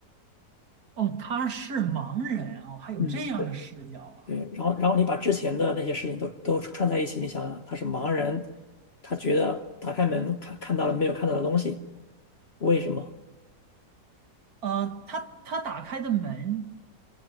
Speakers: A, on the right; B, on the left.
A: 哦，他是盲人哦，还有这样的视角啊！
B: 嗯，对对，然后然后你把之前的那些事情都都串在一起，你想想，他是盲人，他觉得打开门看看到了没有看到的东西，为什么？
A: 呃，他他打开的门，